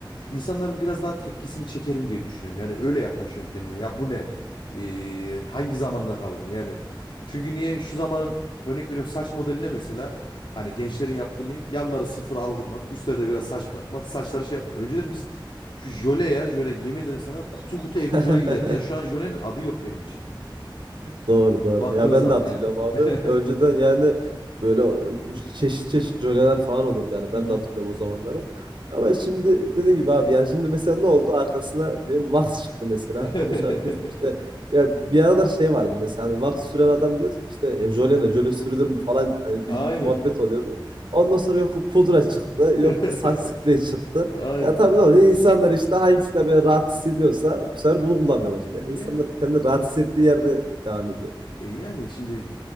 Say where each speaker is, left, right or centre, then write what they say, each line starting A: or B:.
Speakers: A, on the left; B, on the right.
A: insanların biraz daha tepkisini çekerim diye düşünüyorum. Yani öyle yaklaşıyorum kendime. Ya bu ne? E, hangi zamanda kaldın? Yani çünkü niye şu zamanın örnek veriyorum saç modeline mesela hani gençlerin yaptığı ne? Yanları sıfır aldırmak, üstlerde biraz saç bırakmak, saçları şey yapmak. Önceden biz şu jöle ya jöle yemin ederim sana kutu kutu
B: <laughs>
A: evde jöle giderdi. Ya şu an jölenin adı yok benim için.
B: Doğru doğru.
A: Baktığın
B: Ya ben
A: zaman
B: de hatırlıyorum
A: yani.
B: abi.
A: <laughs>
B: Önceden yani böyle e, çeşit çeşit jöleler falan olurdu yani.
A: Hı
B: Ben
A: hı.
B: de hatırlıyorum o zamanları. Ama şimdi dediğin gibi abi yani şimdi mesela ne oldu? Arkasına bir Vax çıktı mesela.
A: <laughs>
B: Ondan sonra herkes işte ya bir aralar şey vardı mesela hani Vax süren adam diyordu ki işte e, jöle ne? Jöle sürülür mü falan hani gibi
A: Aynen.
B: bir muhabbet oluyordu. Ondan sonra yok pudra çıktı.
A: <laughs>
B: Yok saç spreyi çıktı.
A: Aynen.
B: Ya tabii ne oluyor? İnsanlar işte hangisinde böyle rahat hissediyorsa bu sefer bunu kullanmaya başlıyor.
A: E,
B: İnsanlar
A: Ya,
B: kendini rahat hissettiği yerde devam ediyor.
A: e, yani şimdi